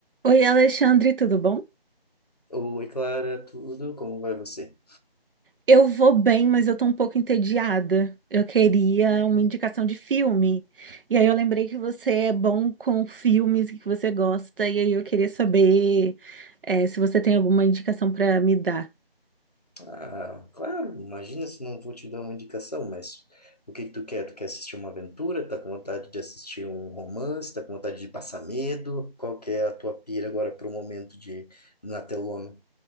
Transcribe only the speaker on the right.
Oi, Alexandre, tudo bom?
Eu vou bem, mas eu tô um pouco entediada. Eu queria uma indicação de filme. E aí eu lembrei que você é bom com filmes e que você gosta, e aí eu queria saber, eh, se você tem alguma indicação pra me dar.